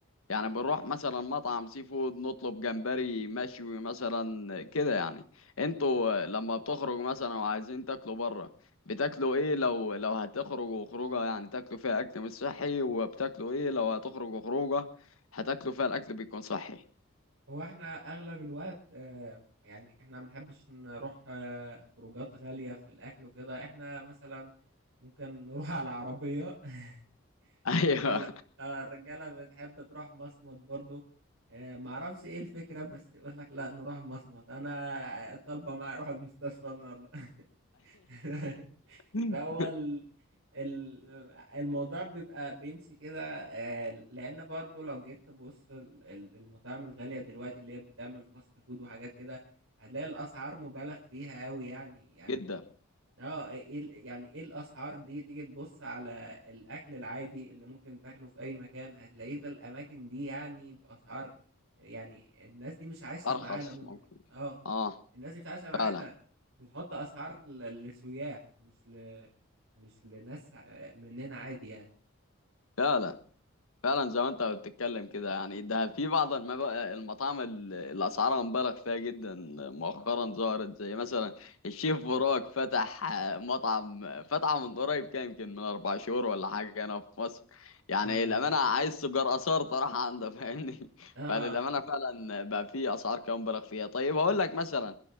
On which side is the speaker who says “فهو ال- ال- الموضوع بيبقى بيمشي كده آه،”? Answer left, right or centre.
Right